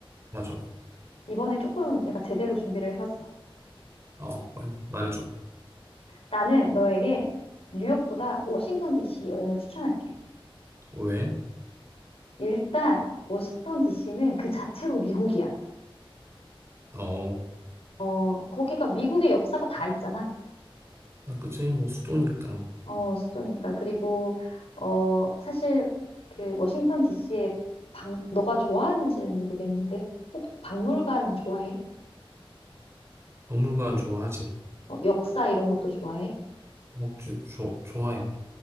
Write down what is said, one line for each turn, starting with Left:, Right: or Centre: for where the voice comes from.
Right: 맞아.
Left: 이번에 조금 내가 제대로 준비를 해봤어.
Right: 어, 빨리 말해줘.
Left: 나는 너에게 뉴욕보다 워싱턴 DC 여행을 추천할게.
Right: 왜?
Left: 일단 워싱턴 DC는 그 자체로 미국이야.
Right: 어,
Left: 어, 거기가 미국의 역사가 다 있잖아.
Right: 나 그치? 뭐 수도니까
Left: 어, 수도니까. 그리고 어, 사실 그 워싱턴 DC의 방, 너가 좋아하는지는 모르겠는데 혹 박물관 좋아해?
Right: 박물관 좋아하지.
Left: 어, 역사 이런 것도 좋아해?
Right: 먹주 좋 좋아해.